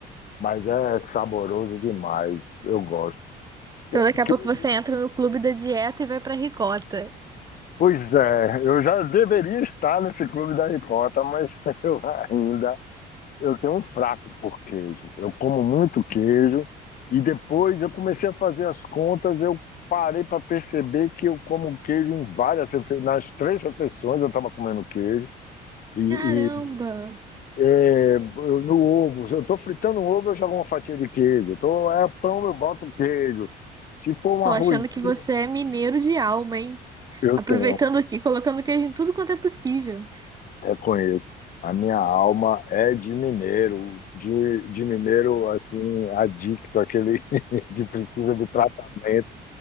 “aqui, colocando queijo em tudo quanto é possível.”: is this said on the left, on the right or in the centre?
Right